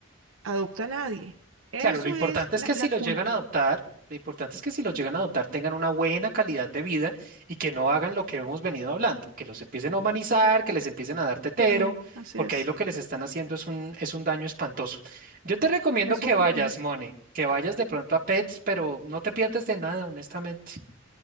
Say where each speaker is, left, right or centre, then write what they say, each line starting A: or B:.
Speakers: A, on the right; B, on the right.
A: adopta nadie. Eso
B: Claro, lo importante
A: es la,
B: es que si
A: la
B: los
A: cul-
B: llegan a adoptar, lo importante es que si los llegan a adoptar tengan una buena calidad de vida y que no hagan lo que hemos venido hablando, que los empiecen a humanizar, que les empiecen a dar tetero,
A: eh, así
B: porque
A: es,
B: ahí lo que les están haciendo es un, es un daño espantoso. Yo te recomiendo
A: es
B: que
A: un
B: vayas,
A: crimen.
B: Mone, que vayas de pronto a Pets, pero no te pierdes de nada, honestamente.